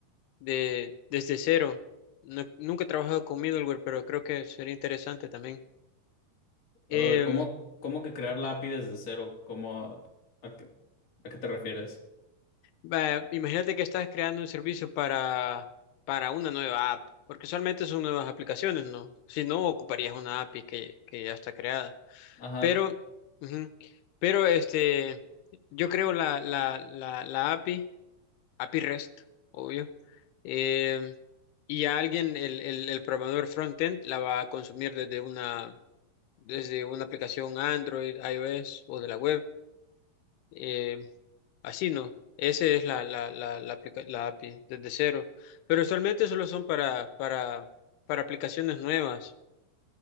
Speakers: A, on the left; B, on the left.
A: de, desde cero. No- nunca he trabajado con middleware, pero creo que sería interesante también.
B: Órale,
A: Em,
B: ¿Cómo, cómo que crear la
A: ujú.
B: API desde cero? ¿Cómo, a, qué, a qué te refieres?
A: Va, imagínate que estás creando un servicio para, para una nueva app, porque usualmente son nuevas aplicaciones, ¿no? Si no, ocuparías una API que, que ya está creada.
B: Ajá.
A: Pero, ujú, pero este, yo creo la, la, la, la API, API REST, obvio. Em, y a alguien, el, el, el programador frontend, la va a consumir desde una. desde una aplicación Android, iOS o de la web. eh, así no. Ese es la, la, la, la, aplica- la API desde cero. Pero usualmente solo son para, para, para aplicaciones nuevas.